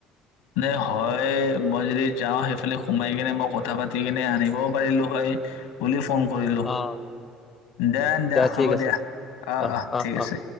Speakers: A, on the left; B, on the left.
A: নে! হয়, মই যদি যাওঁ সেইফালে সোমাই কিনে মই কথা পাতি দিকিনে আনিবও পাৰিলোঁ হয়, বুলি ফোন কৰিলোঁ
B: অ
A: দিয়া, দিয়া হ'ব
B: ঠিক আছে
A: দিয়া। অ'
B: অহ
A: অ'
B: অহ
A: ঠিক
B: অহ
A: আছে।